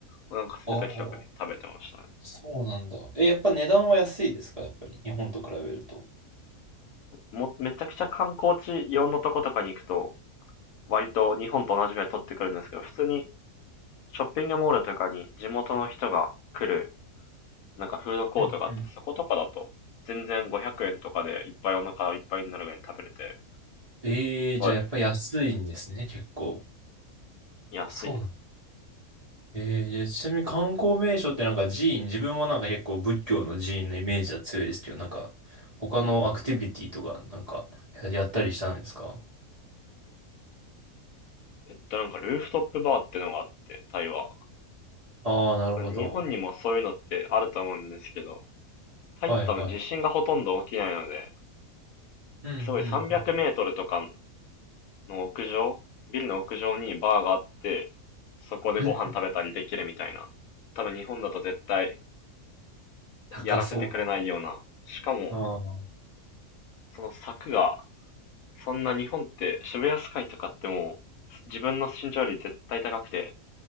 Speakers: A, on the left; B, on the right.
A: お腹空いた時とかに食べてましたね。
B: ー、あそうなんだ。え、やっぱ値段は安いですかやっぱり日本と比べると。
A: も、めちゃくちゃ観光地用のとことかに行くと、割と日本と同じぐらい取ってくるんですけど、普通にショッピングモールとかに地元の人が来るなんかフードコートがあって、
B: うんうん。
A: そことかだと、全然500円とかでいっぱいお腹いっぱいになるぐらいに食べれて、
B: ええじゃあやっぱ安いんですね、
A: はい。
B: 結構。
A: 安いです。
B: そうなの。ええじゃあちなみに観光名所ってなんか寺院、自分はなんか結構仏教の寺院のイメージは強いですけど、なんか他のアクティビティとかなんかや、やったりしたんですか
A: えっと、なんかルーフトップバーってのがあって、タイは。
B: ああ、なるほど。
A: 日本にもそういうのってあると思うんですけど、タイって多分地震がほとんど起きないので、
B: はいはい。うん、
A: すごい300メートルとか
B: うん、うん。
A: の屋上、ビルの屋上にバーがあって、そこでご飯食べたりできるみたいな。
B: <laughs>
A: 多分日本だと絶対
B: 高そうだ。
A: やらせてくれないような。しかも、
B: ああ、
A: その柵がそんな日本って渋谷スカイとかってもう自分の身長より絶対高くて、